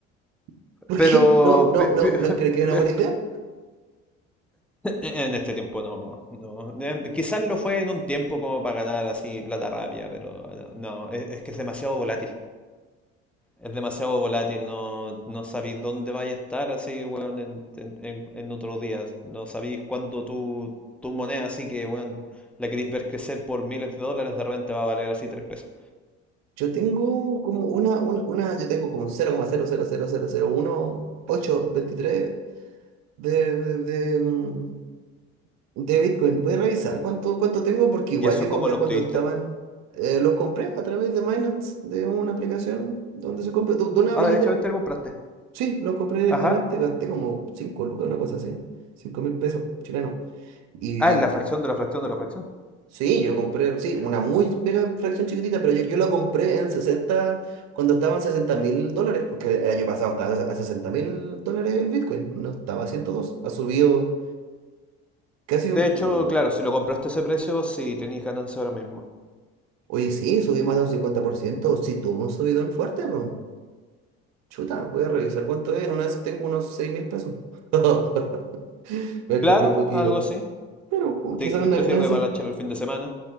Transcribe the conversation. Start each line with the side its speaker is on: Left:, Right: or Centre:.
Right: <laughs> ¿Por
Centre: Pero,
Right: qué? No, no,
Centre: pe-
Right: no,
Centre: pe-
Right: no creo que es una
Centre: <laughs>
Right: buena idea.
Centre: en este tiempo no, no. Em, Quizás lo fue en un tiempo como para ganar así plata rápida, pero eh, no, es, es que es demasiado volátil. Es demasiado volátil, no, no sabéis dónde vais a estar así, weón, en, en, en- en otros días. No sabéis cuándo tu, tu moneda, así que, weón, la queréis ver crecer por miles de dólares, de repente va a valer así tres pesos.
Right: Yo tengo como una, una, una- yo tengo como un 0,000001, 8, 23 de, de, De Bitcoin, voy a revisar cuánto, cuánto tengo porque
Centre: ¿Y
Right: igual
Centre: eso
Right: yo
Centre: cómo
Right: compré
Centre: lo
Right: cuando
Centre: obtuviste?
Right: estaban, eh, los compré a través de Binance, de una aplicación donde se compra, de de una
Centre: Ah,
Right: billetera.
Centre: derechamente lo compraste.
Right: Sí, los compré directamente,
Centre: Ajá.
Right: gasté como 5 lucas, una cosa así, cinco mil pesos chilenos. Y
Centre: Ah, es la fracción de la fracción de la fracción.
Right: sí, yo compré, sí, una muy mega fracción chiquitita, pero yo, yo la compré en 60 cuando estaban sesenta mil dólares, porque el año pasado estaba a sesenta mil dólares el Bitcoin, no estaba a ciento dos ha subido casi
Centre: De
Right: un, cu-
Centre: hecho, claro, si lo compraste a ese precio, sí, tenéis ganancia ahora mismo.
Right: Oye, sí, subí más de un 50%. Sí, tuvo un subidón fuerte, bro. Chuta, voy a revisar cuánto era. Una vez tengo unos seis mil pesos. <laughs> Me
Centre: Claro,
Right: compré poquito.
Centre: algo así.
Right: Pero uh,
Centre: Te,
Right: quizás una
Centre: te
Right: ganancia.
Centre: sirve para la chela el fin de semana.